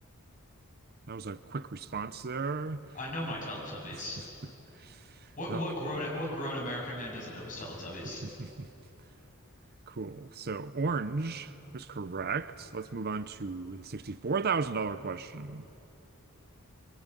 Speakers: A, on the right (about 45°); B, on the left (about 35°).
A: that was a quick response there.
B: I know my Teletubbies.
A: <laughs>
B: What
A: Okay.
B: what grown what grown American man doesn't know his Teletubbies?
A: <laughs> Cool. So orange was correct. Let's move on to the $64,000 question.